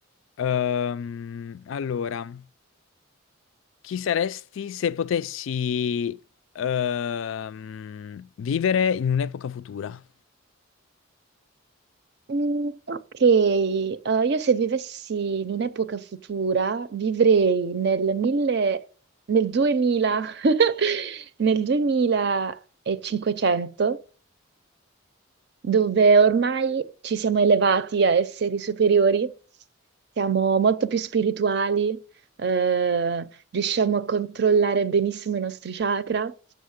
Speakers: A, on the left (about 70°); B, on the right (about 55°).
A: Ehm, allora. Chi saresti se potessi ehm, vivere in un'epoca futura?
B: Mm, ok, Eh, io se vivessi in un'epoca futura vivrei nel, mille, nel 2000, <laughs> nel 2500, dove ormai ci siamo elevati a esseri superiori, siamo molto più spirituali, eh, riusciamo a controllare benissimo i nostri chakra,